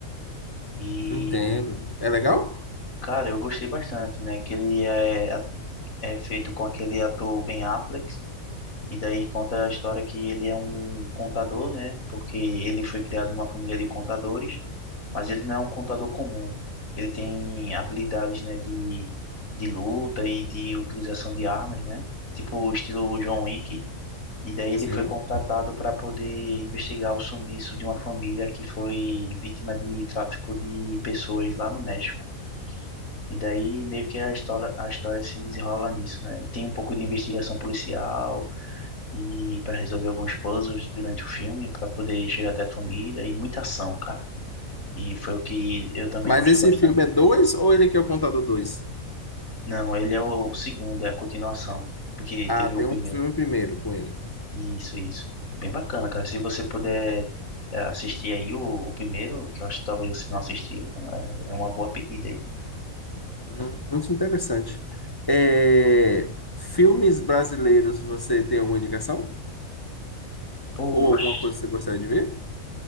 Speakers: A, on the left (about 70°); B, on the left (about 20°).
A: E
B: Entendo. É legal?
A: eu, cara, eu gostei bastante, né? Que ele é, a- é feito com aquele ator Ben Affleck. E daí conta a história que ele é um contador, né? Porque ele foi criado numa família de contadores, mas ele não é um contador comum. Ele tem habilidades, né, de, de luta e de utilização de armas, né? Tipo o estilo John Wick. E daí ele
B: Sim.
A: foi contratado para poder investigar o sumiço de uma família que foi vítima de tráfico de pessoas lá no México. E daí meio que a história, a história se desenrola nisso, né? E tem um pouco de investigação policial e para resolver alguns puzzles durante o filme para poder chegar até a família e muita ação, cara. E foi o que eu também
B: Mas
A: gosto
B: esse
A: bastante.
B: filme é dois ou ele que é o contador dois?
A: Não, ele é o segundo, é a continuação, porque
B: Ah,
A: teve
B: tem
A: o primeiro.
B: um filme primeiro com ele.
A: Isso, isso. É Bem bacana, cara. Se você puder é, assistir aí o, o primeiro, que eu acho que talvez você não assistiu, é, é uma boa pedida aí.
B: Hum, muito interessante. É, Filmes brasileiros, você tem alguma indicação?
A: Poxa,
B: Ou alguma coisa que você gostaria de ver?